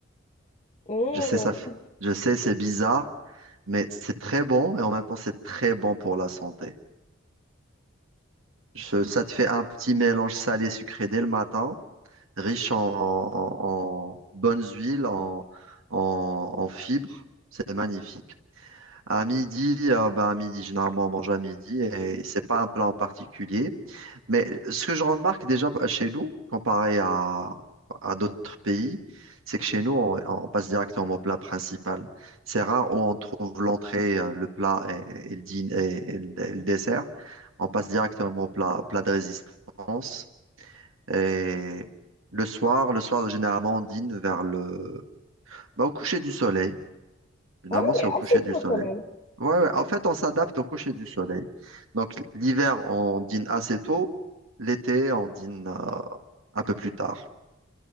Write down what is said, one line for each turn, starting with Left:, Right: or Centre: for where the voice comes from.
Left: Oh.
Right: Je sais ça, f- je sais c'est bizarre, mais c'est très bon et en même temps c'est très bon pour la santé. Je- ça te fait un petit mélange salé-sucré dès le matin. riche en, en- en bonnes huiles, en, en- en fibres. C'est magnifique. À midi, euh, ben, à midi, généralement, on mange à midi et c'est pas un plat en particulier. Mais ce que je remarque déjà chez nous, comparé à, à d'autres pays, c'est que chez nous, on, on passe directement au plat principal. C'est rare où on trouve l'entrée, euh, le plat et, et le dîner- et- et le et le dessert. On passe directement au plat, plat de résistance. Et le soir, le soir, généralement, on dîne vers le... Bah, au coucher du soleil. Généralement,
Left: Ah oui,
Right: c'est au coucher
Left: assez
Right: du
Left: tôt
Right: soleil.
Left: quand même.
Right: Ouais, ouais. En fait, on s'adapte au coucher du soleil. Donc, l'hiver, on dîne assez tôt. L'été, on dîne euh, un peu plus tard.